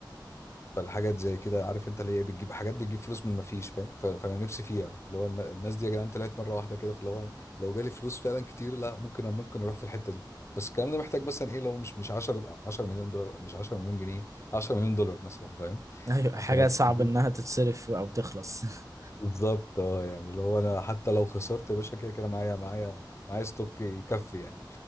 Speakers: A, on the left (about 35°); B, on the right (about 40°).
A: فالحاجات زي كده عارف انت اللي هي بتجيب حاجات بتجيب فلوس من ما فيش فاهم ف... فانا نفسي فيها اللي هو الن- الناس دي يا جدعان طلعت مره واحده كده فاللي هو لو جالي فلوس فعلا كتير لا ممكن ممكن اروح في الحته دي بس الكلام ده محتاج مثلا ايه لو مش مش 10 10 مليون دولار مش 10 مليون جنيه 10 مليون دولار مثلا فاهم
B: ايوه
A: عشان
B: حاجة
A: ابقى
B: صعب
A: <laughs>
B: انها تتصرف او تخلص <laughs>
A: بالظبط اه يعني اللي هو انا حتى لو خسرت يا باشا كده كده معايا معايا معايا ستوك يكفي يعني